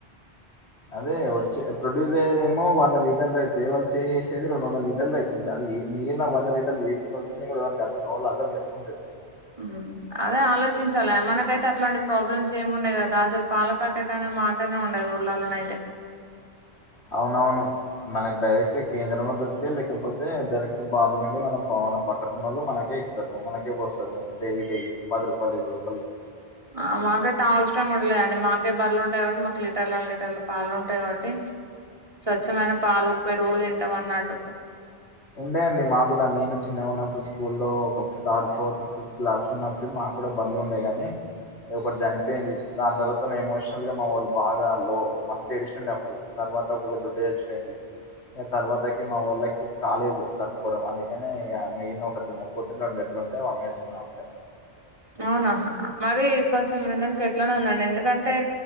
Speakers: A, on the left; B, on the right.
A: అదే వచ్చే ప్రొడ్యూస్ అయేదేమో వంద లీటర్లు అయితే వాళ్ళ చేసేది రెండు వందల లీటర్లు అయితుంది మిగిలిన వంద లీటర్లు ఈవడుకొ వస్తే కూడావ అర్థం చేసుకుంటలేదు
B: ఉ అదే ఆలోచించాల మనకైతే అట్లాంటి ప్రాబ్లమ్స్ ఏమి ఉన్నాయి కదా అసలు పాల పాకెట్నే మాటనే ఉండదు ఊర్లల్లనైతే
A: అ అవునవును మనకు డైరెక్ట్ కేంద్రంలో దొరికితే లేకపోతే డైరెక్ట్ బార్లు వెండి మనం మన పక్కటున్నళ్ళు మనకే ఇస్తరు మనకే పోస్తరు డైలీ డైలీ రూపాయలు, రూపాయలు ఇస్తే.
B: ఆ మాకైతే ష్టం కూడా లేదు అండి మాకే బర్రెలు ఉంటాయి కాబట్టి మాకు లీటర్ల లీటర్ల పాలు ఉంటాయి కాబట్టి చ్చమైన పాలు పెరుగు తింటాం అన్నట్టు
A: ఉండే అండి మా గూడా నేను చిన్నగ ఉన్నప్పుడు స్కూల్లో ఒక థర్డ్ ఫోర్త్ ఫిఫ్త్ క్లాస్ ఉన్నప్పుడు మాకు కూడా భార్లుండే కానీ ఒకటి చనిపోయింది దాని తర్వాతము ఎమోషనల్ గా మా వాళ్ళు బాగా లో మస్త్ ఏడిస్నండే అప్పుడు తర్వాత ఒకొ దుడ్డు చచ్చిపోయింది తర్వాతకి మా వాళ్ళకి కాలేదు తట్టుకోవడం అందుకని ఇక మిగిలిన ఒక దన్న పోతుని రెండు ఎడ్లు ఉంటే అమ్మేసుకునం అప్పుడే
B: అవునా మరి కొంచెం ఉండ్నికి ఎట్లనే ఉందండి ఎందుకంటే